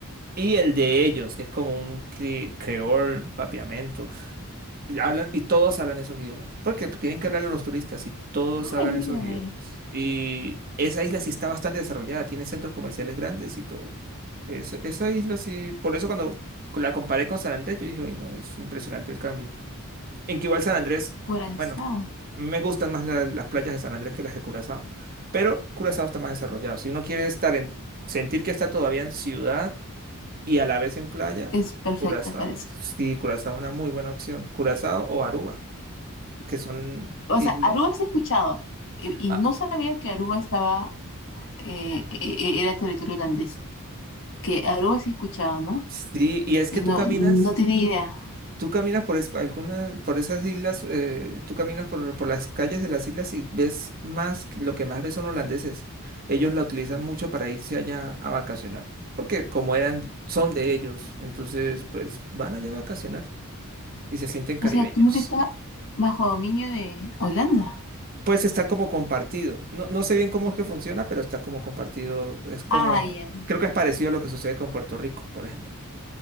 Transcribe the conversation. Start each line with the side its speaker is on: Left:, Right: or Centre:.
Right: Y el de ellos, que es como un cre- creol, papiamento. Y Hablan, y todos hablan esos idiomas. Porque tienen que hablarle a los turistas y todos
Left: Ay,
Right: hablan
Left: mira,
Right: esos idiomas.
Left: ve.
Right: Y esa isla sí está bastante desarrollada, tiene centros comerciales grandes y todo. Es- esa isla sí. Por eso cuando la comparé con San Andrés, yo dije, uy, no, es impresionante el cambio. En que igual San Andrés,
Left: Curazao.
Right: bueno, a mí me gustan más la- las playas de San Andrés que las de Curazao, pero Curazao está más desarrollado. Si uno quiere estar en, sentir que está todavía en ciudad y a la vez en playa,
Left: Es perfecta,
Right: Curazao.
Left: parece.
Right: Sí, Curazao es una muy buena opción. Curazao o Aruba, que son
Left: O
Right: islas.
Left: sea, Aruba sí he escuchado. Y, y
Right: Ah,
Left: no sabía que Aruba estaba... eh, e- e- era territorio holandés. Que Aruba sí he escuchado, ¿no?
Right: sí, y es
Left: Y
Right: que tú
Left: no,
Right: caminas.
Left: no tenía idea.
Right: ¿Tú caminas por es- alguna, por esas islas? eh, ¿tú caminas por, por las calles de las islas y ves más, que- lo que más ves son holandeses? Ellos la utilizan mucho para irse allá a vacacionar, porque como eran, de- son de ellos, entonces pues van allá a vacacionar y se sienten
Left: O
Right: caribeños.
Left: sea, tu mente está bajo dominio de Holanda.
Right: Pues está como compartido. No, no sé bien cómo es que funciona, pero está como compartido. Es como,
Left: Ah, ya.
Right: creo que es parecido a lo que sucede con Puerto Rico, por ejemplo.